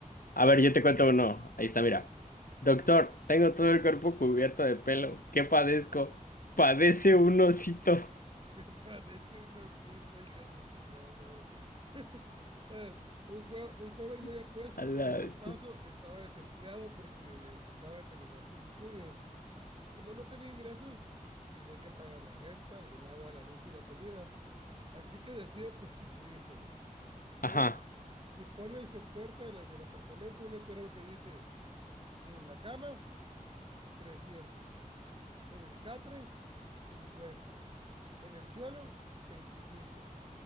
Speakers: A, on the left; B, on the right.
A: A
B: es
A: ver,
B: el mismo
A: yo te
B: chiste.
A: cuento uno. Ahí está,
B: A
A: mira.
B: ver,
A: Doctor, tengo todo el cuerpo cubierto de pelo. ¿Qué padezco? Padece un osito.
B: <laughs> parece un osito, hijo de su chingada madre. <laughs> Eh, un, jue- un joven muy apuesto
A: <laughs> A la
B: con un cuerpazo
A: bestia.
B: estaba desempleado porque acaba de terminar sus estudios. Como no tenía ingresos, tenía que pagar la renta, el agua, la luz y la comida. Así que decide prostituirse, güey. ¿Ok?
A: Ajá,
B: Y pone en su puerta de la- del apartamento un letrero que dice, en la cama, 300 en el catre, 50 en el suelo, 25